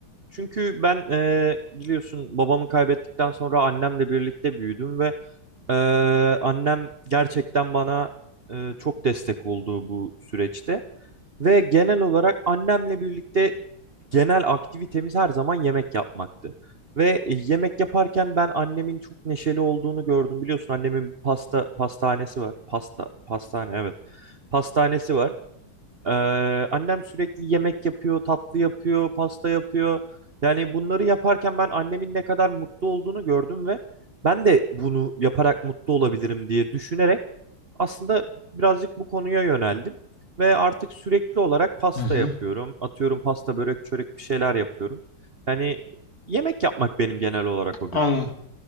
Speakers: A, on the right; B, on the left.
A: Çünkü ben eee, biliyorsun babamı kaybettikten sonra annemle birlikte büyüdüm ve eee, annem gerçekten bana eee, çok destek oldu bu süreçte. Ve genel olarak annemle birlikte genel aktivitemiz her zaman yemek yapmaktı. Ve e, yemek yaparken ben annemin çok neşeli olduğunu gördüm. Biliyorsun annemin pasta pastanesi var. Pasta pastane evet. Pastanesi var. Ee, annem sürekli yemek yapıyor, tatlı yapıyor, pasta yapıyor. Yani bunları yaparken ben annemin ne kadar mutlu olduğunu gördüm ve ben de bunu yaparak mutlu olabilirim diye düşünerek aslında birazcık bu konuya yöneldim. Ve artık sürekli olarak pasta
B: Hı hı.
A: yapıyorum. Atıyorum pasta, börek, çörek bir şeyler yapıyorum. Yani yemek yapmak benim genel olarak hobim.
B: Anladım.